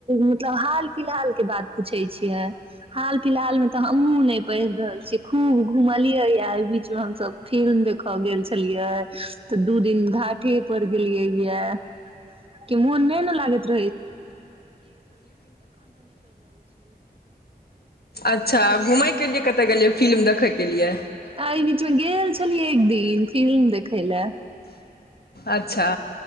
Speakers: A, on the right; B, on the left.
A: मतलब हाल फिलहाल के बात पूछै छियै। हाल फिलहाल में तऽ हमहुँ नहि पढ़ि रहल छीियै खूब घूमलियै या एहि बीच में हमस फिल्म देखऽ गेल छलियै त। दू दिन घाटे पर गेलियै म ल त
B: अच्छा घूमयके लिए कतय गेलियै फिल्म देखयके लिए
A: एहिइ बीचमे गेल छलिय एक दिन फिलम देखै ल।
B: अच्छा